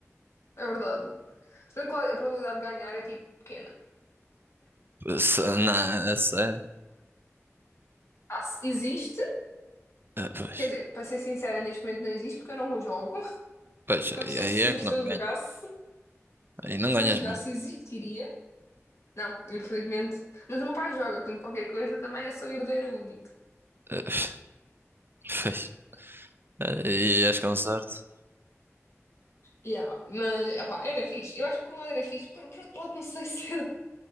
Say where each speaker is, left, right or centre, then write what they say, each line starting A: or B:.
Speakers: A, on the left; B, on the right.
A: É verdade. Se bem que a probabilidade de ganhar é tipo pequena.
B: Se- Não, é sério.
A: Ah, se- existe,
B: Ah, Pois,
A: quer dizer, para ser sincera, neste momento não existe porque eu não o jogo, <laughs>
B: pois, aí
A: mas se,
B: aí é
A: eu-
B: que
A: se
B: não
A: eu
B: ganha
A: jogasse,
B: Aí não
A: se
B: ganhas
A: eu jogasse
B: mesmo.
A: existiria. Não, infelizmente. Mas o meu pai joga, portanto, qualquer coisa também eu sou herdeira única.
B: Ah, <laughs> Pois, aí és com sorte.
A: Yeah, mas, opá, era fixe. Eu acho que por um lado era fixe, por, por outro lado não sei <laughs> se era.